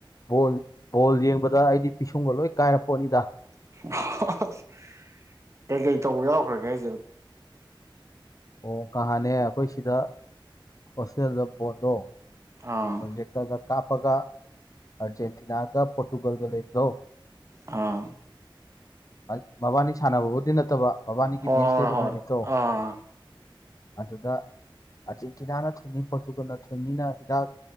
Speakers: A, on the left (about 40°); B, on the right (about 35°).
A: ꯕꯣꯜ ꯕꯣꯜ ꯌꯦꯡꯕꯗ ꯑꯩꯗꯤ ꯄꯤꯁꯨꯡꯒ ꯂꯣꯏ ꯀꯥꯏꯅ ꯄꯣꯠꯅꯤꯗ
B: <unintelligible> ꯀꯩ ꯀꯩ ꯇꯧꯕ ꯌꯥꯎꯈ꯭ꯔꯒꯦ ꯍꯥꯏꯁꯦ
A: ꯑꯣ ꯀꯍꯥꯟꯅꯦ ꯑꯩꯈꯣꯏ ꯁꯤꯗ ꯍꯣꯁꯇꯦꯜꯗ ꯕꯣꯜꯘꯣ
B: ꯑꯥ
A: ꯄ꯭ꯔꯣꯖꯦꯛ <unintelligible> ꯀꯥꯞꯄꯒ ꯑꯥꯔꯖꯦꯟꯇꯤꯅꯥꯒ ꯄꯣꯔꯇꯨꯒꯜꯒ ꯂꯩꯕꯗꯣ
B: ꯑꯥ
A: ꯃ ꯃꯕꯥꯅꯤ ꯁꯥꯟꯅꯕꯕꯨꯗꯤ ꯅꯠꯇꯕ ꯃꯕꯥꯅꯤꯒꯤ
B: ꯍꯣꯏ
A: ꯃꯦꯁ
B: ꯍꯣꯏ
A: ꯂꯩꯕ
B: ꯍꯣꯏ
A: ꯅꯨꯃꯤꯠꯇꯣ
B: ꯑꯥ
A: ꯑꯗꯨꯗꯛ ꯇꯤꯅꯥꯅ ꯊꯣꯏꯅꯤ ꯄꯣꯠꯠꯇꯨꯒꯅ ꯊꯣꯏꯅꯤꯅ ꯍꯤꯗꯥꯛ